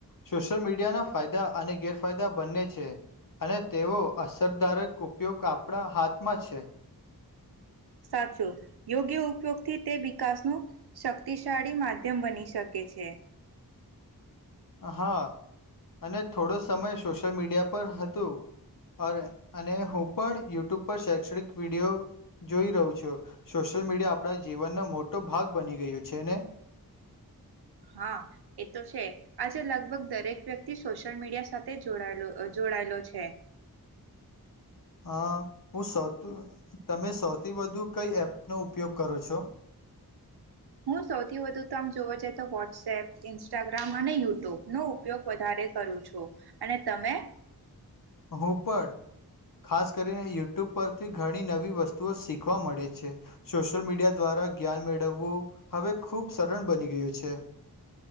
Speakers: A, on the left; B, on the right.
A: સોશિયલ મીડિયાના ફાયદા અને ગેરફાયદા બંને છે, અને તેવો અસરદારક ઉપયોગ આપણા હાથમાં છે.
B: સાચું યોગ્ય ઉપયોગથી તે વિકાસનું શક્તિશાળી માધ્યમ બની શકે છે.
A: હા, અને થોડો સમય સોશિયલ મીડિયા પર હતું અરે અને હું પણ યુટ્યુબ પર શૈક્ષણિક વિડીયો જોઈ રહું છું, સોશિયલ મીડિયા આપણા જીવનનો મોટો ભાગ બની ગયું છે, ને
B: હા, એ તો છે આજે લગભગ દરેક વ્યક્તિ સોશિયલ મીડિયા સાથે જોડાયલો જોડાયેલો છે.
A: અ હું સૌ તમે સૌથી વધુ કઈ એપનો ઉપયોગ કરો છો?
B: હું સૌથી વધુ તો આમ જોવ જઈએ તો વોટ્સએપ ઇન્સ્ટાગ્રામ અને યુટ્યુબ નો ઉપયોગ વધારે કરું છું, અને તમે
A: હું પણ ખાસ કરીને યુટ્યુબ પરથી ઘણી નવી વસ્તુઓ શીખવા મળે છે, સોશિયલ મીડિયા દ્વારા જ્ઞાન મેળવવું હવે ખૂબ સરળ બની ગયું છે.